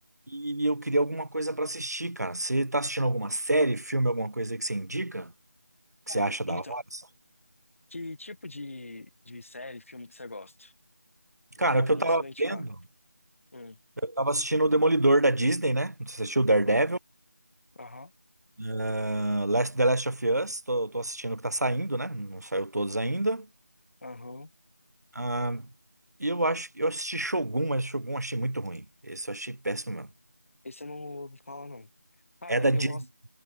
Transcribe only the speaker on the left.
Ou,
então,
que tipo de, de série, filme que você gosta? Eu
tenho
algumas
pra indicar.
Hum.
Aham, aham,
aham.
Esse eu não ouvi falar, não. Cara,
eu gosto.